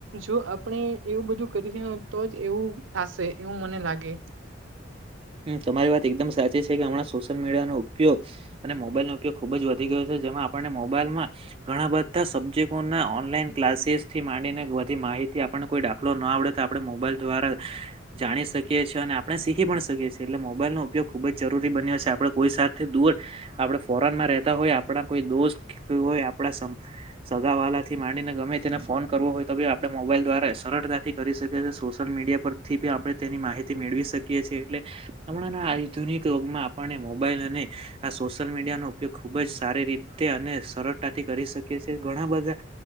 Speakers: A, on the right; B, on the right.
A: જો આપણે એવું બધું કરી રહ્યા તો જ એવું થશે એવું મને લાગે.
B: હ તમારી વાત એકદમ સાચી છે કે હમણાં સોશિયલ મીડિયાનો ઉપયોગ અને મોબાઈલનો ઉપયોગ ખુબ જ વધી ગયો છે. જેમાં આપણને મોબાઈલમાં ઘણા બધા સબ્જેક્ટો ઓનલાન ક્લાસીસ થી માંને વધી તે થી આપણને કોઈ દાખલો ના આવડે તો આપણે મોબાઈલ દ્વારા જાણી શકીએ છીએ અને આપણે સીખી પણ શકીએ છે એટલે મોબાઈલ ન ઉપયોગ ખુબ જ જરૂરી બન્યો છે આપણે કોઈ સાથી દૂર આપણે ફોરનમાં રહેતા હોય આપણા કોઈ દોસ્ત કેવુ હોય આપ સગા વાળલા થી માંડીને ગમે તેને ફોન કરવો હોય તો ભી આપણે મોબાઈલ મોબાઈલ દ્વારા સરળતાથી કરી શકે છીએ સોશિયલ મીડિયા પરથી બી આપણે તેની માહિતી મેળવી શકીએ છીએ એટલે હમણાં ના આધુનિક યોગમાં આપને મોબાઈલ અને આ સોશિયલ મીડિયા નો ઉપયોગ ખુબ જ સારી રીતે અને સરળતાથી કરી શકીએ છીએ ઘણા બધા